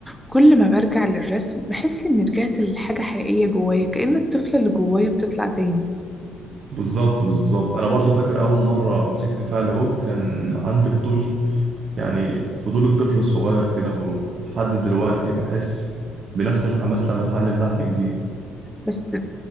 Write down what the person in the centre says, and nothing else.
كل ما برجع للرسم بحس إني رجعت لحاجة حقيقية جوايا كأن الطفلة اللي جوايا بتطلع تاني
بس